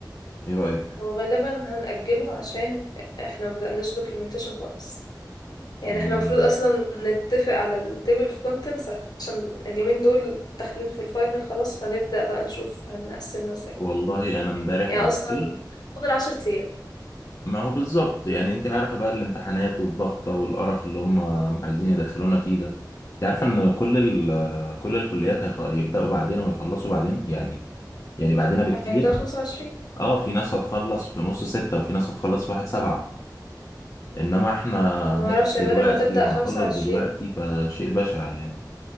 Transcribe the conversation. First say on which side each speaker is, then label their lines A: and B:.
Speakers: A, on the left (about 40°); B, on the left (about 60°).
A: ايه رأيك
B: هو غالبا هنأجله عشان احنا ما بدأناش دوكيومنتيشن خالص يعني
A: مم.
B: احنا المفروض اصلا نتفق على التيبل اوف كونتنتس عشان اليومين دول داخلين في الفاينل خلاص فنبدأ بقى نشوف هنقسمها ازاي
A: والله انا امبارح
B: يعني
A: بالليل
B: اصلا فاضل عشر ايام
A: ما هو بالظبط يعني انت عارفة بقى الامتحانات والضغطة والقرف اللي هم عايزين يدخلونا فيه ده انت عارفة ان كل ال كل الكليات هيخ- هيبدأوا بعدين ويخلصوا بعدين يعني يعني بعدنا بكتير
B: هيبدأوا خمسة وعشرين
A: اه في ناس هتخلص في نص ستة وفي ناس هتخلص في واحد سبعة انما احنا
B: انا معرفش
A: هنبدأ
B: يا
A: دلوقتي
B: مريم هتبدأ
A: وهنخلص
B: خمسة وعشرين
A: دلوقتي فشيء بشع يعني